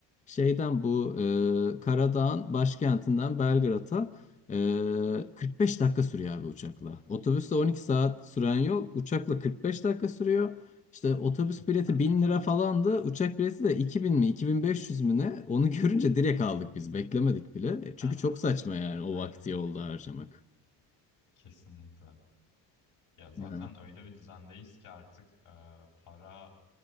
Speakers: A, on the left; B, on the left.
A: Şeyden bu e, Karadağ'ın başkentinden Belgrad'a e, 45 dakika sürüyor abi uçakla. Otobüsle 12 saat süren yol uçakla 45 dakika sürüyor. İşte otobüs
B: <laughs>
A: bileti 1000 lira falandı. Uçak bileti de 2000 mi 2500 mü ne? Onu <laughs> görünce direkt aldık biz. Beklemedik bile. E, Çünkü
B: Ha,
A: çok saçma yani o
B: aynen
A: vakti
B: öyle.
A: yolda harcamak.
B: Kesinlikle. Ya zaten
A: Yani.
B: öyle bir düzendeyiz ki artık e, para